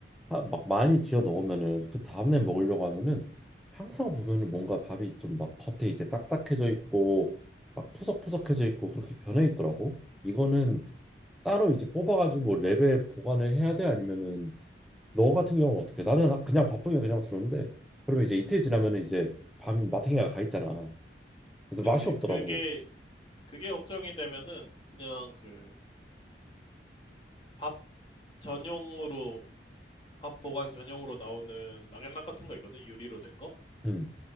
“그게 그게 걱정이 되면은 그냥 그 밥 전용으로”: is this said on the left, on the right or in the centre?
Left